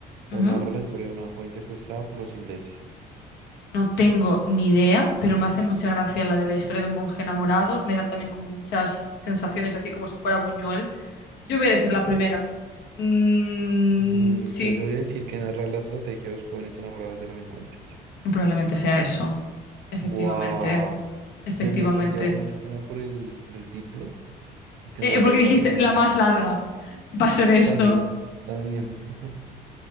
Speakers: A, on the right; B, on the left.
A: o
B: Ujú.
A: narra la historia de una joven secuestrada por los ingleses.
B: No tengo ni idea, pero me hace mucha gracia la de la historia de un monje enamorado. Me da también como muchas sensaciones, así como si fuera Buñuel. Yo voy a decir la primera. Mm,
A: Mm,
B: sí,
A: yo, yo voy a decir que narra la estrategia de dos jóvenes enamorados de la misma muchacha.
B: muy probablemente sea eso. Efectivamente,
A: Buah,
B: efectivamente.
A: me, me dejé llevar mucho como por el, por el título, que en
B: Eh,
A: realidad
B: eh, porque
A: no
B: dijiste,
A: tenía
B: la
A: ni
B: más
A: idea.
B: larga va a ser esto.
A: También, también, <laughs>